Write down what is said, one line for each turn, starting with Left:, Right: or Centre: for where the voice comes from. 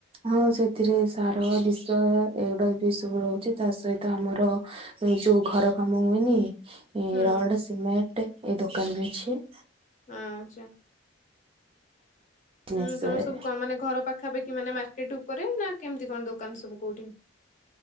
Right: ହଁ ସେଥିରେ ସାର ବିଶ ଏଗୁଡ଼ାକ ବିସବୁ ରହୁଚି ତା ସହିତ ଆମର ଏ ଯୋଉ ଘର କାମ ହୁଏନି ଏ
Left: ହୁଁ
Right: ରଡ଼ ସିମେଣ୍ଟ ଏଇ ଦୋକାନ ବି ଅଛି।
Left: ଆଛା
Right: ଭୁବନେଶ୍ୱରରେ
Left: ଉଁ ତମର ସବୁ କଣ ମାନେ ଘର ପା ପାଖାପାଖି ମାନେ ମାର୍କେଟ ଉପରେ ନା କେମିତି କଣ ଦୋକାନ ସବୁ କୋଉଠି।